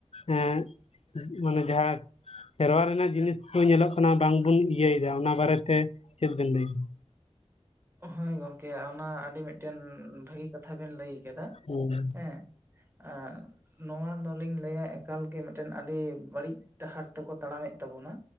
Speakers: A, on the left; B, on the right.
A: ᱮ ᱢᱟᱱᱮ ᱡᱟᱦᱟᱸ ᱠᱷᱮᱨᱣᱟᱲ ᱨᱮᱱᱟᱜ ᱡᱤᱱᱤᱥ ᱠᱚ ᱧᱮᱞᱚᱜ ᱠᱟᱱᱟ ᱵᱟᱝ ᱵᱩᱱ ᱤᱭᱟᱹ ᱭᱮᱫᱟ ᱚᱱᱟ ᱵᱟᱨᱮ ᱛᱮ <inaudible>
B: ᱦᱳᱭ ᱜᱚᱝᱠᱮ ᱚᱱᱟ ᱟᱹᱰᱤ ᱢᱤᱫᱴᱮᱱ ᱵᱷᱟᱹᱜᱤ ᱠᱟᱛᱷᱟ ᱵᱮᱤᱱ ᱞᱟᱹᱭ ᱟᱠᱟᱫᱟ
A: <unintelligible>
B: ᱦᱮᱸ ᱟᱨ ᱱᱚᱣᱟ ᱫᱚ ᱞᱤᱧ ᱞᱟᱹᱭᱟ ᱮᱠᱟᱞ ᱜᱮ ᱢᱤᱫᱴᱮᱱ ᱟᱹᱰᱤ ᱵᱟᱹᱲᱤᱡ ᱰᱟᱦᱟᱨ ᱛᱮ ᱠᱚ ᱛᱟᱲᱟᱢᱮᱫ ᱛᱟᱵᱚᱱᱟᱹ